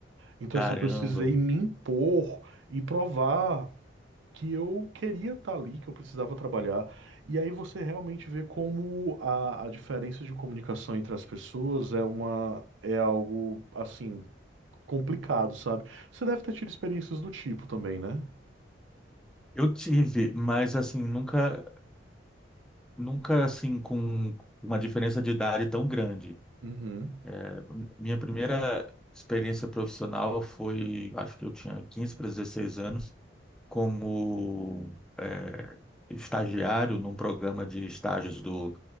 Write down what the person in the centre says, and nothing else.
Caramba!
Eu tive, mas, assim, nunca, nunca, assim, com uma diferença de idade tão grande.
É, Minha primeira experiência profissional foi, acho que eu tinha 15 para 16 anos, como é, estagiário num programa de estágios do,